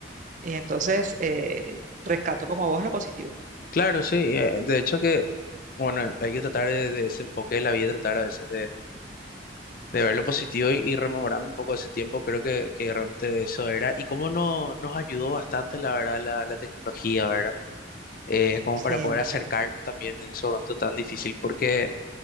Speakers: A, on the right; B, on the left.
A: Y entonces eh, rescato como vos lo positivo.
B: claro, sí, eh, de hecho que, bueno, hay que tratar de, de ese enfoque de la vida, tratar a veces de, de ver lo positivo y, y rememorando un poco ese tiempo, creo que, que realmente eso era. Y cómo no, nos ayudó bastante, la verdad, la, la tecnología, ¿verdad? eh, como
A: Sí,
B: para poder acercarnos también en ese momento tan difícil, porque